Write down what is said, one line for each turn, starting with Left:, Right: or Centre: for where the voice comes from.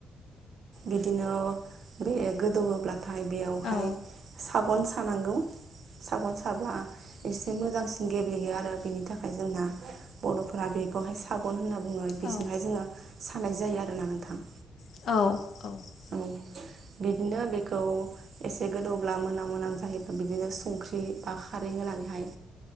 Right: बिदिनो बे गोदौओब्लाथाय बेवहाय
Left: औ
Right: सागन सानांगौ सागन साब्ला एसे मोजांसिन गेब्लेयो आरो बेनि थाखाय जोंहा बर'फोरा बेखौहाय सागन होनना बुङो बेजोंहाय
Left: औ
Right: जोङो सानाय जायो आरोना नोंथां
Left: औ
Right: औ बिदिनो बेखौ एसे गोदौब्ला मोनहां मोनहां जायोब्ला बिदिनो संख्रि बा खारै होनानैहाय